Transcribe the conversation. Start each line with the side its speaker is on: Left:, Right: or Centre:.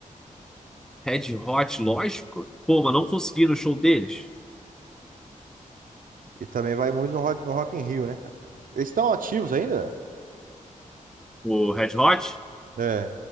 Centre: Red Hot, lógico. Pô, mas não consegui ir no show deles.
Right: E também vai muito no Rock, no Rock in Rio, né, cara? Eles estão ativos ainda?
Centre: O Red Hot?
Right: É,